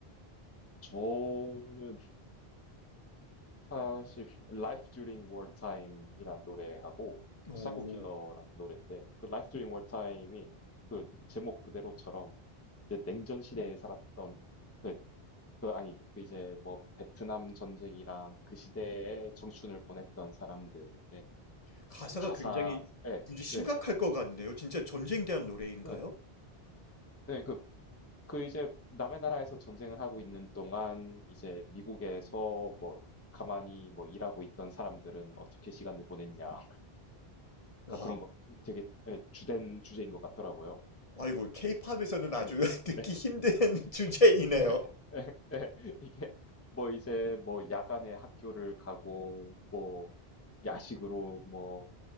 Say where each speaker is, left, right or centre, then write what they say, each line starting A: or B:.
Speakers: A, on the left; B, on the left.
A: 저는 사실 Life During Wartime이란 노래하고
B: 오,
A: 사이코 킬러라는 노래인데 그 Life During Wartime이 그 제목 그대로처럼 이제 냉전 시대에 살았던 그, 그 아니 그 이제 뭐 베트남 전쟁이랑 그 시대에 청춘을 보냈던 사람들의
B: 가사가
A: 가사에
B: 굉장히 굉장히 심각할
A: 네네
B: 것 같네요. 진짜 전쟁 대한 노래인가요?
A: 네, 네, 그 그 이제 남의 나라에서 전쟁을 하고 있는 동안 이제 미국에서 뭐 가만히 뭐 일하고 있던 사람들은 어떻게 시간을 보냈냐.
B: 와,
A: 가 그런 거 되게 예, 주된 주제인 것 같더라고요.
B: 아이고, 케이팝에서는 아주
A: 네.
B: <laughs> 듣기
A: 네.
B: 힘든 <laughs> 주제이네요.
A: 네. 네. 네. 이게 뭐 이제 뭐 야간에 학교를 가고 뭐 야식으로 뭐